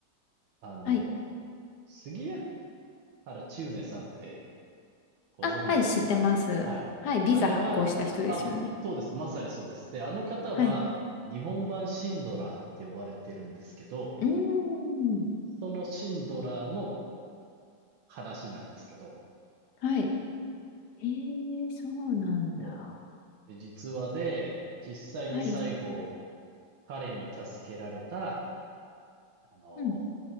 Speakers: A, on the right; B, on the left.
A: あの、
B: はい。
A: 杉原千畝さんってご存知ですかはい。
B: あ、はい、知ってます。はい、ビザ発行した人ですよね。
A: あれは、あ、そうです。まさにそうです。で、あの方は、
B: はい。
A: 日本版シンドラーって呼ばれてるんですけど、
B: うーん。
A: そのシンドラーの話なんですけど、
B: はい。えー、そうなんだ。
A: そう。で、実話で、実際に最後、
B: はい。
A: 彼に助けられた、あの、
B: うん。